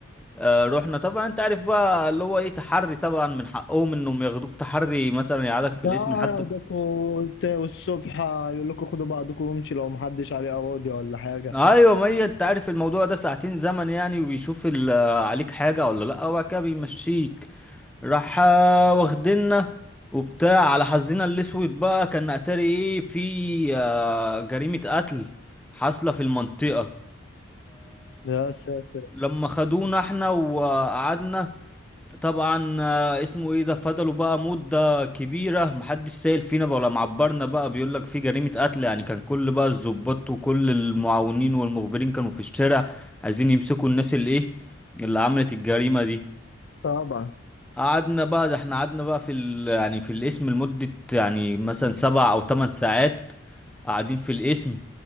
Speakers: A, in the centre; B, on the left.
A: آه، رحنا طبعا انت عارف بقى اللي هو ايه تحري طبعا من حقهم انهم ياخدوك تحري مثلا يقعدك في الاسم
B: لا
A: لحد
B: ياخدكوا وت- والصبح يقول لكم خدوا بعضكم وامشي لو محدش عليه قواضي ولا حاجه
A: ايوه ما هي انت عارف الموضوع ده ساعتين زمن يعني وبيشوف ال- آه، عليك حاجه ولا لا وبعد كده بيمشيك راح آه، واخدنا وبتاع على حظنا الاسود بقى كان اتاري ايه في آه، جريمه قتل حاصله في المنطقه
B: يا ساتر
A: فلما خدونا احنا وقعدنا طبعا آه، اسمه ايه ده فضلوا بقى مدة كبيرة محدش سائل فينا بقى ولا معبرنا بقى بيقول لك في جريمة قتل يعني كان كل بقى الضباط وكل المعاونين والمخبرين كانوا في الشارع عايزين يمسكوا الناس اللي ايه اللي عملت الجريمة دي
B: طبعا
A: قعدنا بقى ده احنا قعدنا بقى في ال يعني في القسم لمدة يعني مثلا سبع او تمن ساعات قاعدين في القسم